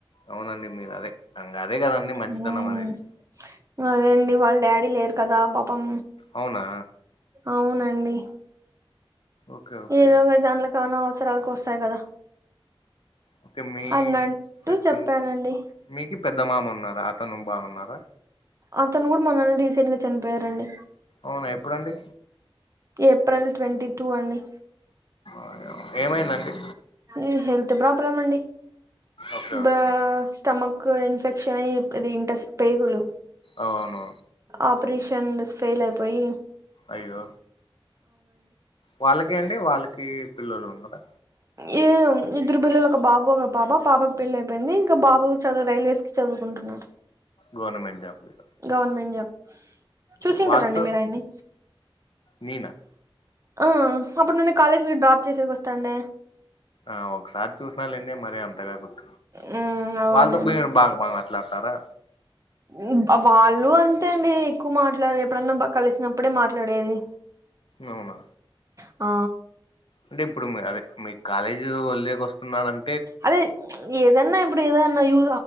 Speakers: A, on the left; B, on the right.
A: అవునండి మీరు అదే ఇంగ అదే కదండి మంచితనం
B: ఉమ్
A: అనేది
B: అదేండి వాళ్ళ డాడీ లేరు కదా పాపం
A: అవునా
B: అవునండి
A: ఓకే ఓకే
B: ఇది దాన్ల అన అవసరాలు కోస్తాయి కదా
A: ఓకే మీ
B: అన్నట్టు
A: సెకండ్
B: చెప్పానండి
A: మీకు పెద్ద మామ ఉన్నారా అతను బాగాన్నారా
B: అతను కూడా మొన్ననే రీసెంట్ గా చనిపోయారండి
A: అవునా ఎప్పుడండి
B: ఏప్రిల్ ట్వంటీ టూ అండి
A: అయ్యే ఏమైందండి
B: ఈ హెల్త్ ప్రాబ్లం అండి
A: ఓకే
B: బ
A: ఓకే
B: స్టమక్ ఇన్ఫెక్షనయి దింటది ఇంటస్ పేగులు
A: అవునా
B: ఆపరీషన్స్ ఫెయిలయిపోయి
A: అయ్యో వాళ్ళకి అండి వాళ్ళకీ పిల్లలున్నరా
B: ఈ ఇద్దరు పిల్లలు ఒక బాబు ఒక పాప పాబకు పెళ్లైపోయింది ఇంక బాబు చదువు రైల్వేస్ కి చదువుకుంటున్నారు
A: గవర్నమెంట్ జాబ్ గురించ
B: గవర్నమెంట్ జాబ్ చూసింటరండి
A: వాళ్ళతో
B: మీరాయన్ని
A: నేనా
B: ఆ అప్పుడు నన్ను కాలేజిలో డ్రాప్ చేసేకి వస్తాండే
A: ఆ ఒకసారి చూసినాలెండి మరీ అంతగా గుర్
B: మ్మ్ అవునండి
A: వాళ్ళతో బి బాగ బాగ మాట్లాడతారా
B: మ్మ్ వాళ్ళు అంతే అండి ఎక్కువ మాట్లాడరు ఎప్పుడన్నా బ కలిసినప్పుడే మాట్లాడేది
A: అవున
B: ఆ
A: అంటిప్పుడు మరదే మీ కాలేజీవల్లేక వస్తున్నారం
B: అదే మ్చ్ ఏదన్నా ఇప్పుడేదన్నా యూ